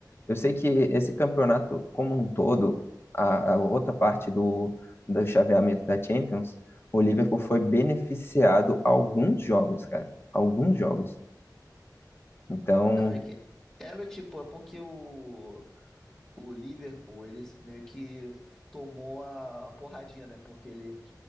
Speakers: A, on the left; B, in the centre.
A: eu sei que esse campeonato como um todo, a, a outra parte do, do chaveamento da Champions, o Liverpool foi beneficiado alguns jogos, cara, alguns jogos. Então,
B: Cara, é que era tipo, é porque o. O Liverpool, ele meio que tomou a porradinha, né? Porque ele